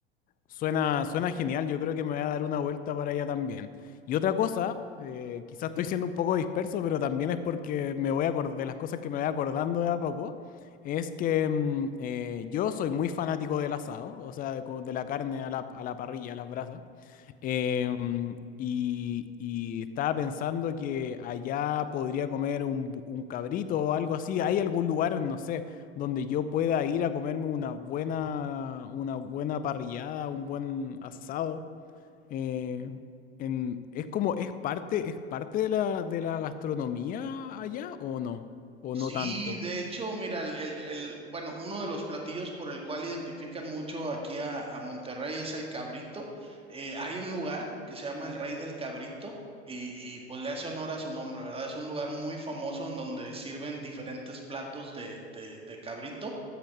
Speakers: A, on the left (about 25°); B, on the right (about 15°).
A: Suena, suena genial, yo creo que me voy a dar una vuelta para allá también. Y otra cosa, eh, quizás estoy siendo un poco disperso, pero también es porque me voy a acordar de las cosas que me voy acordando de a poco, es que mm, eh, yo soy muy fanático del asado, o sea, de, como de la carne a la, a la parrilla, a las brasas. Em, y, y estaba pensando que allá podría comer un, un cabrito o algo así. ¿Hay algún lugar, no sé, donde yo pueda ir a comerme una buena, una buena parrillada, un buen asado? Eh, en- es como, es parte, es parte de la, de la gastronomía allá o no? ¿O no
B: Sí,
A: tanto?
B: de hecho, mira, el, el, el- bueno, uno de los platillos por el cual identifican mucho aquí a, a Monterrey es el cabrito. Eh, hay un lugar que se llama el Rey del Cabrito y, y, pues le hace honor a su nombre, ¿verdad? Es un lugar muy famoso en donde sirven diferentes platos de, de, de cabrito.